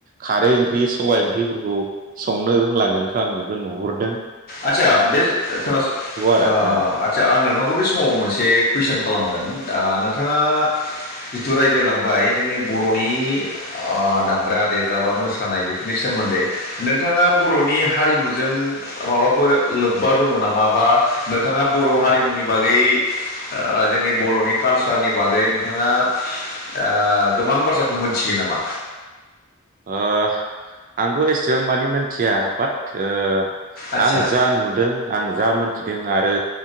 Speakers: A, on the right; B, on the left.
A: खारै ओंख्रि सबाइ ओंख्रिफोरखौ संनो रोंलाङो। नोंथां आं बेखौ नुहरदों
B: आचसा बे खोनास
A: आरो
B: ओ
A: औ
B: आचसा आं नोंथांखौ बे समाव मोनसे कुइसन खालामगोन दा ओ नोंथाङा जिथु रायज्लायलांबाय जोंनि बर'नि ओ दामग्रा देग्रा बा मोसानाय बेफोरनि सोमोन दै नोंथाङा बर'नि हारिमुजों माबा फोर लोब्बा दङ नामा बा नोंथाङा बर' हारिमुनि बागै ओ जोंनि बर'नि कालसारनि बागै नोंथाङा ओ गोबां बाथ्राखौ मोनथियो नामा?
A: ओ आंथ' एसेबां मानि मोनथिया बाट ओ
B: आदसा
A: आं जा नुदों आं जा मोनथिदों आरो